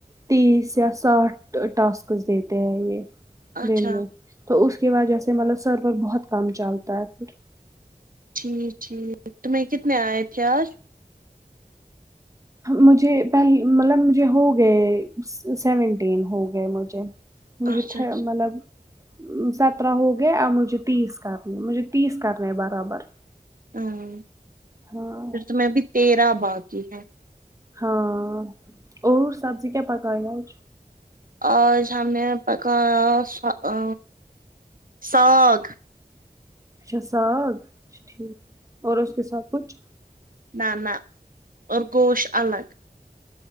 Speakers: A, on the right; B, on the right.
A: تیس یا ساٹھ ٹاسکس دیتے ہیں یہ
B: اچھا
A: دن میں تو اس کے وجہ سے مطلب سر پر بہت کم چلتا ہے پھر
B: جی ٹھیک تو میں کتنے آئے تھے آج
A: مجھے پہل مطلب مجھے ہو گئے سیونٹین ہو گئے مجھے مجھے
B: اچھا
A: مطلب سترہ ہو گیا اور مجھے تیس کرنے مجھے تیس کرنا ہے برابر
B: ہاں
A: ہاں
B: پھر تو میں بھی تیرہ باقی ہے
A: ہاں اور سبزی کیا پکائی اج
B: اج ہم نے پکایا سا ا ساگ
A: اچھا ساگ اچھا ٹھیک اور اس کے ساتھ کچھ
B: نہ نہ اور گوش الگ